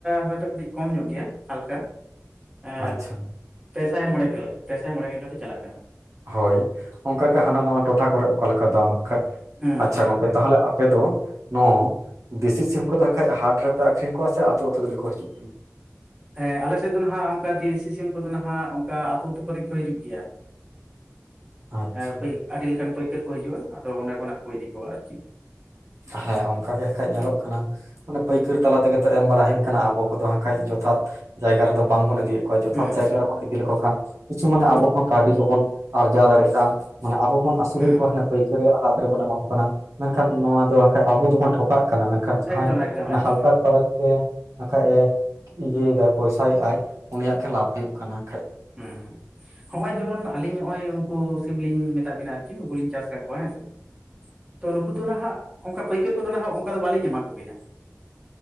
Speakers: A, on the right (about 20°); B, on the right (about 70°).
A: ᱦᱚᱭ ᱛᱚ ᱠᱟᱹᱴᱤᱡ ᱠᱚᱢ ᱧᱚᱜ ᱜᱮᱭᱟ ᱦᱟᱞᱠᱟ᱾ ᱮ
B: ᱟᱪᱪᱷᱟ
A: ᱯᱮᱥᱟᱭ ᱢᱚᱬᱮ ᱜᱮᱞ, ᱯᱮᱥᱟᱭ ᱢᱚᱬᱮ ᱜᱮᱞ ᱠᱟᱛᱮ ᱪᱟᱞᱟᱜ ᱠᱟᱱᱟ᱾
B: ᱦᱳᱭ ᱚᱱᱠᱟ ᱜᱮ ᱦᱟᱱᱟ ᱱᱟᱣᱟ ᱴᱚᱴᱷᱟ ᱠᱚᱨᱮᱝ ᱚᱠᱟ ᱞᱮᱠᱟ ᱫᱟᱢ ᱦᱟᱸᱜ ᱠᱷᱟᱡ
A: ᱦᱩᱸ
B: ᱟᱪᱪᱷᱟ
A: ᱦᱩᱸ
B: ᱜᱚᱝᱠᱮ
A: ᱦᱩᱸ
B: ᱛᱟᱦᱚᱞᱮ
A: ᱦᱩᱸ
B: ᱟᱯᱮ ᱫᱚ ᱱᱚ ᱫᱮᱥᱤ ᱥᱤᱢ ᱠᱚᱫᱚ ᱦᱟᱸ-ᱠᱷᱟᱡ ᱦᱟᱴ ᱨᱮᱯᱮ ᱟᱹᱠᱷᱨᱤᱧ ᱠᱚᱣᱟ ᱥᱮ ᱟᱹᱛᱩ ᱟᱹᱛᱩ ᱨᱮᱜᱮ ᱠᱚ ᱦᱤᱡᱩᱜ ᱠᱟᱱᱟ?
A: ᱦᱮᱸ ᱟᱞᱮ ᱥᱮᱫ ᱫᱚ ᱱᱟᱦᱟᱜ ᱚᱱᱠᱟ ᱫᱮᱥᱤ ᱥᱤᱢ ᱠᱚᱫᱚ ᱱᱟᱦᱟᱜ ᱚᱱᱠᱟ ᱟᱹᱛᱩ ᱟᱹᱛᱩ ᱠᱚᱨᱮ ᱠᱚ ᱦᱤᱡᱩᱜ ᱜᱮᱭᱟ᱾ <inaudible>
B: ᱟᱪᱪᱷᱟ
A: ᱮ ᱯᱟᱹᱭ ᱟᱹᱰᱤ ᱞᱮᱠᱟᱱ ᱯᱟᱹᱭᱠᱟᱹᱨ ᱠᱚ ᱦᱤᱡᱩᱜ-ᱟ, ᱟᱫᱚ ᱚᱸᱰᱮ ᱠᱷᱚᱱᱟᱜ ᱠᱚ ᱤᱫᱤ ᱠᱚᱣᱟ ᱟᱨᱠᱤ᱾
B: ᱦᱮᱸ ᱚᱱᱠᱟ ᱜᱮ ᱦᱟᱠᱷᱟᱡ ᱧᱮᱞᱚᱜ ᱠᱟᱱᱟ᱾ ᱢᱟᱱᱮ ᱯᱟᱹᱭᱠᱟᱹᱨ ᱛᱟᱞᱟ ᱛᱮᱜᱮ ᱛᱚ ᱮᱢ ᱵᱟᱲᱟ ᱦᱩᱭᱩᱜ ᱠᱟᱱᱟ, ᱟᱵᱚ ᱠᱚᱫᱚ ᱦᱟᱸᱜ ᱠᱷᱟᱡ ᱡᱚᱛᱷᱟᱛ ᱡᱟᱭᱜᱟ ᱨᱮᱫᱚ ᱵᱟᱝ ᱵᱚᱱ ᱤᱫᱤ ᱠᱟᱱᱟ ᱚᱠᱚ ᱡᱚᱛᱷᱟᱛ
A: ᱦᱩᱸ
B: ᱡᱟᱭᱜᱟ
A: ᱦᱩᱸ
B: ᱨᱮᱵᱚᱱ ᱤᱫᱤ ᱞᱮᱠᱚ ᱠᱷᱟᱱ ᱠᱤᱪᱷᱩ ᱢᱟᱱᱮ ᱟᱵᱚ ᱦᱚᱸ ᱠᱟᱹᱣᱰᱤ ᱠᱚᱵᱚᱱ ᱟᱨᱡᱟᱣ ᱫᱟᱲᱮᱭᱟᱜ-ᱟ ᱢᱟᱱᱮ ᱟᱵᱚ ᱵᱚᱱ ᱟᱹᱥᱩᱞᱮᱫ
A: ᱦᱩᱸ
B: ᱠᱚᱣᱟ ᱦᱟᱱᱮ ᱯᱟᱹᱭᱠᱟᱹᱨᱤᱭᱟᱹᱜ ᱦᱟᱛ ᱨᱮᱵᱚᱱ ᱮᱢᱟ ᱠᱚ ᱠᱟᱱᱟ, ᱢᱮᱱᱠᱷᱟᱱ ᱱᱚᱣᱟ ᱫᱚ ᱦᱟᱠᱷᱟᱡ ᱟᱵᱚ ᱫᱚᱵᱚᱱ ᱴᱷᱚᱠᱟᱜ ᱠᱟᱱᱟ ᱢᱮᱱᱠᱷᱟᱱ ᱡᱟᱦᱟᱸᱭ
A: ᱮᱠᱫᱚᱢ ᱮᱠᱫᱚᱢ ᱮᱠᱫᱚᱢ
B: ᱦᱟᱞᱠᱟ
A: ᱮᱠᱫᱚᱢ
B: ᱠᱷᱚᱨᱚᱪ ᱛᱮ ᱵᱟᱠᱷᱟᱡ ᱮ ᱤᱭᱟᱹᱭ ᱮᱫᱟᱭ ᱯᱚᱭᱥᱟᱭ ᱮᱫ-ᱟᱭ ᱩᱱᱤᱭᱟᱜ ᱜᱮ ᱞᱟᱵᱷ ᱦᱩᱭᱩᱜ ᱠᱟᱱᱟ ᱦᱟᱠᱷᱟᱡ᱾
A: ᱦᱩᱸ ᱦᱩᱸ ᱦᱚᱸᱜ-ᱚᱭ ᱡᱮᱢᱚᱱ ᱟᱹᱞᱤᱧ ᱱᱚᱜ-ᱚᱭ, ᱩᱱᱠᱩ ᱥᱤᱢᱞᱤᱧ ᱢᱮᱛᱟᱫ ᱵᱤᱱᱟ ᱟᱨᱠᱤ ᱱᱩᱠᱩ ᱞᱤᱧ ᱪᱟᱥ ᱟᱠᱟᱫ ᱠᱚᱣᱟ ᱦᱮᱸᱥᱮ᱾ ᱛᱚ ᱱᱩᱠᱩ ᱫᱚ ᱱᱟᱦᱟᱜ ᱚᱱᱠᱟ ᱯᱟᱹᱭᱠᱟᱹᱨ ᱠᱚᱫᱚ ᱱᱟᱦᱟᱜ ᱚᱱᱠᱟ ᱫᱚ ᱵᱟᱹᱞᱤᱧ ᱮᱢᱟ ᱠᱚ ᱜᱮᱭᱟ᱾